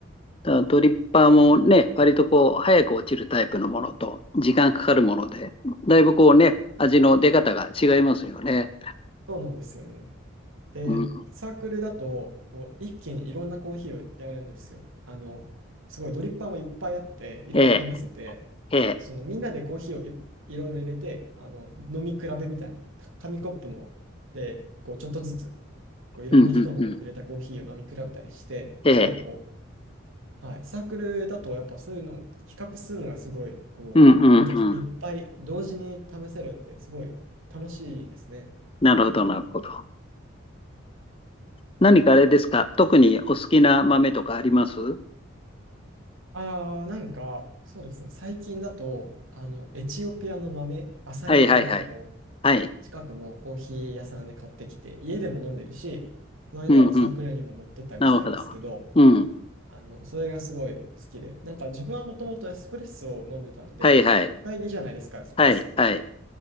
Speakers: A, on the left; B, on the right.
A: だからドリッパーもね、割とこう、早く落ちるタイプのものと、時間かかるもので、だいぶこうね、味の出方が違いますよね。
B: そうなんですよね。で、
A: うん、
B: サークルだと、こう、一気にいろんなコーヒーをやるんですよ。あの、すごいドリッパーもいっぱいあって、いろいろ試せて、
A: ええ、ええ、
B: そのみんなでコーヒーをい、いろいろ入れて、あの、飲み比べみたいな、紙コップので、こう、ちょっとずつ、こう、いろんな人の入れたコーヒーを飲み比べたりして、
A: うんうんうん、ええ、
B: すごいこう、はい、サークルだとやっぱそういうのを比較するのがすごい、こう、
A: うんうんうん。
B: なんていうんですか、いっぱい同時に試せるんで、すごい楽しいですね。
A: なるほど、なるほど。何かあれですか特にお好きな豆とかありますは
B: ああ、なんか、そうですね。最近だと、あの、エチオピアの豆、朝入りの豆を
A: いはいはい。はい。
B: 近くのコーヒー屋さんで買ってきて、家でも飲んでるし、この間はサークルにも持ってったりしたんですけど、
A: うんうん。なるほど。うん。
B: あの、それがすごい好きで、なんか自分はもともとエスプレッソを飲んでたんで、
A: はいはい。
B: 深入りじゃないですか、エスプレッソって。
A: はいはい。